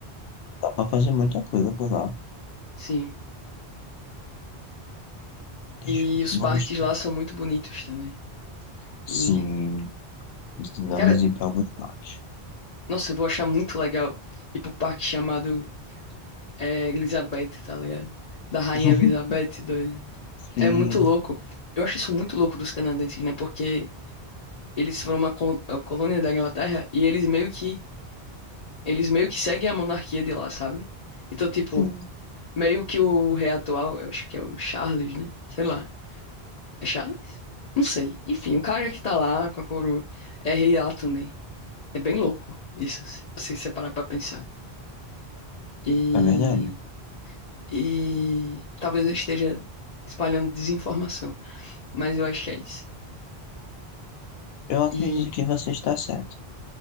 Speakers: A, on the left; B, on the left.
A: Dá pra fazer muita coisa por lá.
B: Sim.
A: Deixa,
B: E os
A: vamos.
B: parques lá são muito bonitos também.
A: Sim,
B: E,
A: precisamos
B: cara,
A: ir pra alguns parques.
B: nossa, eu vou achar muito legal ir pro parque chamado é, Elizabeth, tá ligado? Da Rainha
A: <laughs>
B: Elizabeth, doida.
A: Sim,
B: É muito louco. Eu acho isso muito louco dos canadenses, né? Porque eles foram uma co- a colônia da Inglaterra e eles meio que eles meio que seguem a monarquia de lá, sabe? Então, tipo,
A: sim,
B: meio que o rei atual, eu acho que é o Charles, né? Sei lá. É Charles? Não sei. Enfim, o cara que tá lá com a coroa é rei lá também. É bem louco isso, se se você parar pra pensar. E,
A: é verdade.
B: e talvez eu esteja espalhando desinformação, mas eu acho que é isso.
A: Eu acredito
B: E
A: que você está certo,